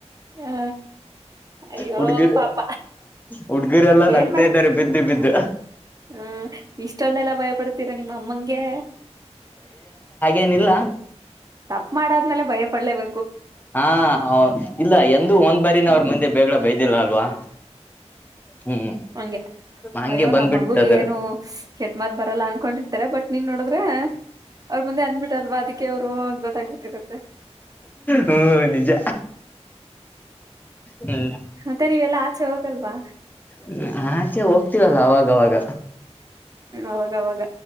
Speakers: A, on the right (about 30°); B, on the left (about 15°).
A: ಹಾ ಅಯ್ಯೋ
B: ಹುಡ್ಗಿರ್
A: ಪಾಪ
B: ಹುಡ್ಗಿರೆಲ್ಲಾ ನಗ್ತಾ
A: ಏನ್ ಮಾಡ
B: ಇದ್ದಾರೆ ಬಿದ್ದು ಬಿದ್ದು
A: ಹ್ಮ ಇಷ್ಟೊಂದೆಲ್ಲ ಭಯಪಡ್ತೀರಾ ನಿಮ್ಮ ಅಮ್ಮಂಗೆ
B: ಏನಿಲ್ಲ
A: ತಪ್ಪ ಮಾಡಾದ್ಮೇಲೆ ಭಯ ಪಡ್ಲೇವ
B: ಹಾ ಇಲ್ಲ ಎಂದ ಒಂದ್ ಬಾರಿನ ಅವ್ರ ಮುಂದೆ ಬೇಗಡ ಬೈದಿಿಲ್ಲ ಅಲ್ವಾ ಹ್ಮ್
A: ಹಂಗೆ
B: ಹಂಗೆ
A: ಅಯ್ಯೋ
B: ಬಂದ್ಬಿಟ್ಟದ
A: ನಮ್ಮ ಮಗುಗೆ ಏನು ಕೆಟ್ಟ್ಮತ್ ಬರಲ್ಲ ಅನ್ಕೊಂಡಿರ್ತಾರೆ ಬಟ್ ನೀನ್ ನೋಡದ್ರೆ ಅವ್ರ ಮುಂದೆ ಅಂದ್ಬಿಟ್ಟಲ್ವಾ ಅದಕ್ಕೆ ಅವರು ಹಂಗ ಗೊತ್ತಾಗಬೊತ್ತಿರುತ್ತೆ
B: ಹ್ಮ್ ನಿಜ ಹ್ಮ
A: ಮತ್ತೆ ನೀವೆಲ್ಲಾ ಆಚೆ ಹೋಗಲ್ವಾ
B: ಹ್ಮ ಆಚೆ ಹೋಗ್ತೀವಲ್ಲ ಅವಾಗವಾಗ
A: ಅವಾಗವಾಗ